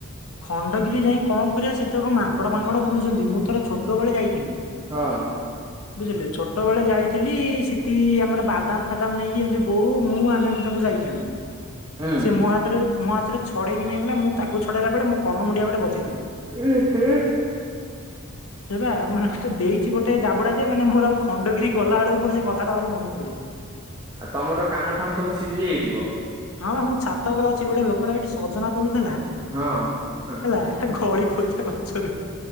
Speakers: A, on the left (about 75°); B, on the right (about 20°).
A: ଖଣ୍ଡଗିରି ଯାଇ କଣ କରିବା ସେ ତକ ମାଙ୍କଡ଼ ଫାଙ୍କଡ ବୁଲୁଛନ୍ତି ମୁଁ ଥରେ ଛୋଟ ବେଳେ ଯାଇଥିଲି।
B: ହଁ।
A: ବୁଝିଲେ ଛୋଟ ବେଳେ ଯାଇଥିଲି ସେଠି ଆମର ବାଦାମ ଫାଦାମ ନେଇକି ଏମିତି ବୋଉ ମୁଁ ଆମେ ଯାଇଥିଲୁ।
B: ହୁଁ।
A: ସେ ମୋ ହାତରେ ମୋ ହାତରେ ଛାଡେଇକି ନେଇଗଲା। ମୁଁ ତାକୁ ଛଡେଇବାବେଳେ ମୋ କନମୁଣ୍ଡିଆ ଗୋଟେ ବଜେଇଦେଲା।
B: ଓ ହୋ।
A: ସେଇ ବା ମାନେ ଦେଇଛି ଗୋଟେ ଜାବୁଡା ଯେ ମାନେ ମୋର ଆଉ ଖଣ୍ଡଗିରି ଗଲା ବେଳକୁ ମୋର ସେ କଥାଟା ଭାରି ମନେ ପଡିେଯଏ।
B: ଆଉ ତମର କାନ ଫାନ ସବୁ ସିଝି ଯାଇଥିବ।
A: ହଁ ବା ମୁଁ ଛାତ ଉପରେ ଅଛି ଗୋଟେ ଲୋକଟା ଏଠି ସଜନା ତୋଳୁଥିଲା
B: ହଁ। ହଁ
A: ହେଲା ଗଳି ପାଇଲା। ଗଛରୁ।